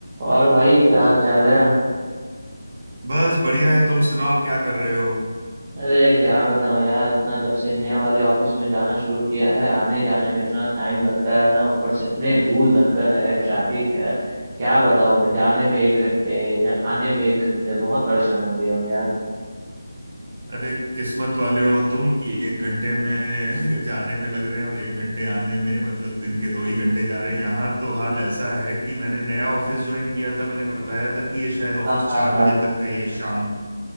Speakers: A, on the right (about 25°); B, on the right (about 40°).
A: और भाई क्या हाल चाल है
B: बस बढ़िया है तुम सुनाओ क्या कर रहे हो
A: अरे क्या बताऊं यार इतना जब से नए वाले ऑफिस में जाना शुरू किया है आने जाने में इतना टाइम लगता है ना ऊपर से इतने धूल धक्कर है ट्रैफिक है क्या बताऊं मैं जाने में एक घंटे जा, आने में एक घंटे बहुत परेशान हो गया हूँ यार
B: अरे किस्मत वाले हो तुम कि एक घंटे में <laughs> जाने में लग रहे हैं और एक घंटे आने में मतलब दिन के दो ही घंटे जा रहे हैं यहाँ तो हाल ऐसा है कि मैंने नया ऑफिस ज्वाइन किया था मैंने बताया था कि ये शायद ऑफिस
A: हाँ हाँ
B: चार
A: हाँ
B: बजे तक का ही है शाम